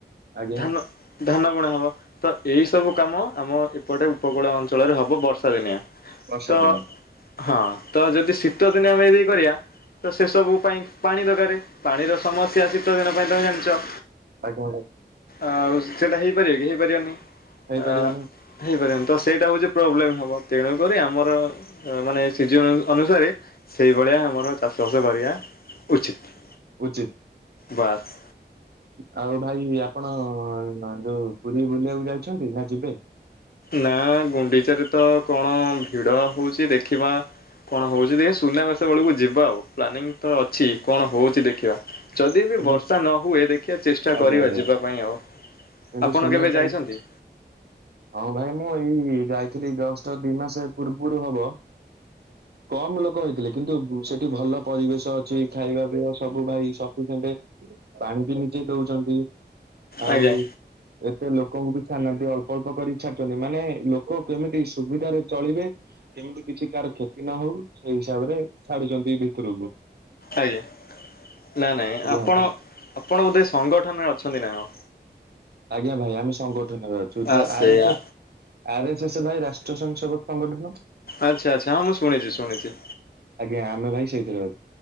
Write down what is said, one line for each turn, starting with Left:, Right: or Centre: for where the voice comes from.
Right: ଆଜ୍ଞା
Left: ଧାନ। ଧାନ ବୁଣା ହବ ତ ଏଇ ସବୁ କାମ ଆମ ଏପଟେ ଉପକୂଳ ଅଞ୍ଚଳରେ ହବ। ବର୍ଷା। ବର୍ଷାଦିନିଆଁ
Right: ବର୍ଷା
Left: ତ।
Right: ଦିନେ
Left: ହଁ ତ ଯଦି ଶୀତଦିନେ ଆମେ ଏଇ ଦେଇ କରିବା ତ ସେସବୁ ପାଇଁ। ପାଣି ଦରକାର ପାଣିର ସମସ୍ୟା ଶୀତ ଦିନ ପାଇଁ ତମେ ଜାଣିଛ।
Right: ଆଜ୍ଞା।
Left: ଆ ସେଟା ହେଇପାରିବ କି ହେଇପାରିବନି
Right: ହେଇପାରିବନି
Left: ଆ। ହେଇପାରିବନି ତ ସେଇଟା ହଉଛି ପ୍ରୋବ୍ଲେମ ହବ। ତେଣୁ କରି ଆମର। ମାନେ ସେ ଯେଉଁ ଅନୁସାରେ ସେଇଭଳିଆ ଆମର ଚାଷ ବାସ କରିବା। ଉଚିତ।
Right: ଉଚିତ।
Left: ବାସ୍।
Right: ଆଉ ଭାଇ ଆପଣ ଯୋଉ ପୁରୀ ବୁଲିବାକୁ ଯାଇଛନ୍ତି ନା ଯିବେ?
Left: ନା ଗୁଣ୍ଡିଚାରେ ତ କଣ ଭିଡ ହଉଛି ଦେଖିବା। କଣ ହଉଛି ଦେଖ ସୁନାବେସ ବେଳକୁ ଯିବା ଆଉ, ପ୍ଲାନିଂ ତ ଅଛି କଣ ହଉଛି ଦେଖିବା। ଯଦି ବି
Right: ଏବେ
Left: ବର୍ଷା ନ ହୁଏ ଦେଖିବା ଚେଷ୍ଟା
Right: ଆଜ୍ଞା
Left: କରିବା
Right: ଭାଇ
Left: ଯିବା ପାଇଁ ଆଉ।
Right: କିନ୍ତୁ
Left: ଆପଣ
Right: ଶୁଣିବାକୁ
Left: କେବେ ଯାଇଛନ୍ତି?
Right: ପାଇ ହଁ ଭାଇ ମୁଁ ଏଇ ଯାଇଥିଲି ଜଷ୍ଟ ଦି ମାସେ ପୂର୍ବରୁ ହବ। କମ ଲୋକ ହେଇଥିଲେ କିନ୍ତୁ ସେଠି ଭଲ ପରିବେଶ ଅଛି ଖାଇବା ପିଇବା ସବୁ ଭାଇ ସ <unintelligible> ପାଣି ବି ନିଜେ ଦଉଛନ୍ତି, ଆଉ
Left: ଆଜ୍ଞା
Right: ଏତେ ଲୋକଙ୍କୁ ବି ଛାଡ଼ନାହାନ୍ତି, ଅଳ୍ପ ଅଳ୍ପ କରିକି ଛାଡୁଛନ୍ତି, ମାନେ ଲୋକ କେମିତି ସୁବିଧାରେ ଚଳିବେ। କେମିତି କିଛି କାହାର କ୍ଷତି ନ ହଉ ସେଇ ହିସାବ ରେ ଛାଡୁଛନ୍ତି ଭିତୁରୁକୁ।
Left: ଆଜ୍ଞା, ନା ନାଇଁ
Right: ଆଜ୍ଞା
Left: ଆପଣ
Right: ଭାଇ
Left: ଆପଣ ବୋଧେ ସଂଗଠନରେ ଅଛନ୍ତି ନା କଣ?
Right: ଆଜ୍ଞା, ଭାଇ ଆମେ ସଂଗଠନରେ ଅଛୁ
Left: ଆ
Right: ଯୋଉ
Left: ସେଇଆ।
Right: ଆର୍ ଏସ୍ ଏସ୍ ଆରେ ଶେଷ ଭାଇ ରାଷ୍ଟ୍ର ସଂସଦ ସଂଗଠନ।
Left: ଆଚ୍ଛା ଆଚ୍ଛା, ହଁ ମୁଁ ଶୁଣିଛି ଶୁଣିଛି।
Right: ଆଜ୍ଞା, ଆମେ ଭାଇ ସେଇଥିରେ ଅ